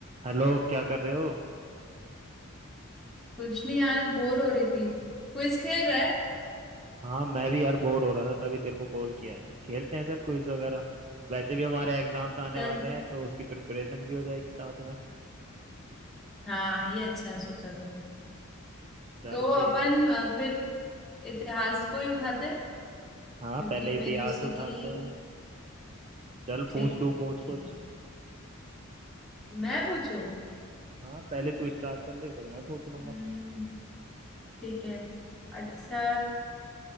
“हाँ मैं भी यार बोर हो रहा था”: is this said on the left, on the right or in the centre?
Right